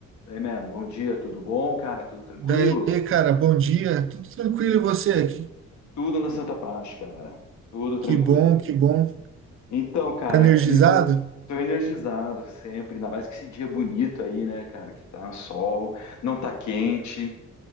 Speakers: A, on the left; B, on the right.
A: Hey, man, bom dia, tudo bom, cara? Tudo tranquilo?
B: Daí, cara, bom dia. Tudo tranquilo e você? Que,
A: Tudo na Santa Paz, cara. Tudo tranquilo.
B: que bom, que bom.
A: Então, cara,
B: Tá energizado?
A: aqui eu tô energizado sempre, ainda mais que esse dia bonito aí, né, cara? Que tá sol, não tá quente,